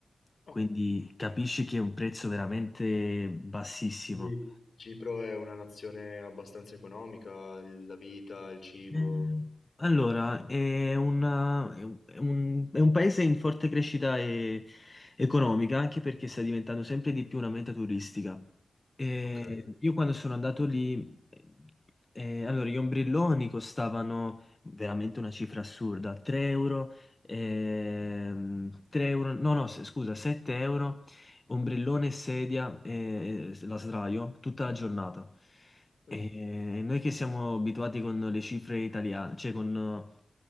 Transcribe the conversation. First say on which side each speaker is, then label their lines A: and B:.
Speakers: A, on the left (about 65°); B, on the left (about 30°).
A: Ah,
B: quindi capisci che è un prezzo veramente bassissimo.
A: quindi Cipro è una nazione abbastanza economica, il- la vita, il cibo.
B: Eh, Allora, è una- è un, è un- è un paese in forte crescita e- economica, anche perché sta diventando sempre di più una meta turistica. Eh,
A: Ok.
B: io quando sono andato lì, eh, eh, allora, gli ombrelloni costavano veramente una cifra assurda, 3 euro, ehm, 3 euro, no, no, s- scusa, 7 euro, ombrellone, sedia, eh, la sdraio, tutta la giornata. E
A: Ah,
B: noi che siamo abituati con le cifre italiane, cioè con,